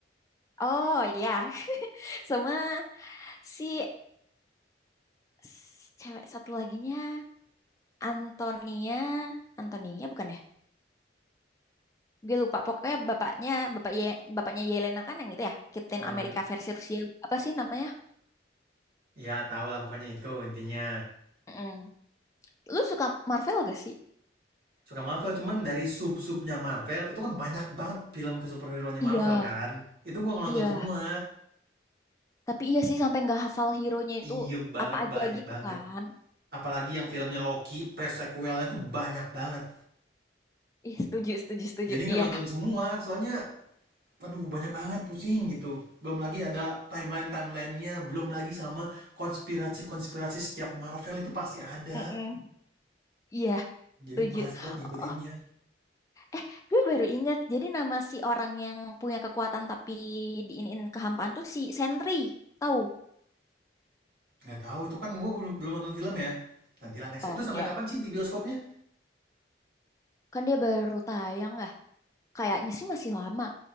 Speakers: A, on the left (about 15°); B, on the right (about 55°).
A: oh ya <laughs> sama si s- cewek satu laginya Antonia, Antonia bukan ya? Gue lupa. Pokoknya bapaknya, bapak Ye, bapaknya Yelena kan yang gitu ya, Captain
B: Oh,
A: America
B: i-
A: versi Rusia. Apa sih namanya?
B: iya tahu lah pokoknya itu intinya.
A: Mm. Lu suka Marvel gak sih?
B: Suka Marvel, cuman dari sub-subnya Marvel, itu kan banyak banget film superhero-nya Marvel
A: Iya,
B: kan. Itu gua
A: iya.
B: nonton semua.
A: Tapi iya sih sampai nggak hafal hero-nya
B: Iya
A: itu
B: banget,
A: apa aja
B: banyak
A: gitu
B: banget.
A: kan?
B: Apalagi yang filmnya Loki, pre-sequelnya tuh banyak banget.
A: Ih, setuju, setuju, setuju.
B: Jadi nggak
A: Iya.
B: nonton semua, soalnya Aduh banyak banget pusing gitu. Belum lagi ada timeline-timelinenya, belum lagi sama konspirasi-konspirasi setiap Marvel itu pasti ada.
A: Mm-mm. Iya,
B: Jadi
A: setuju.
B: malas banget ngikutinnya.
A: Oh, eh, gue baru ingat. Jadi nama si orang yang punya kekuatan tapi diinin kehampaan tuh si Sentry. Tahu?
B: Nggak tahu itu kan gue belum belum nonton film ya. Nanti next
A: Oh,
B: itu sampai
A: ya.
B: kapan sih di bioskopnya?
A: Kan dia baru tayang ya. Kayaknya sih masih lama.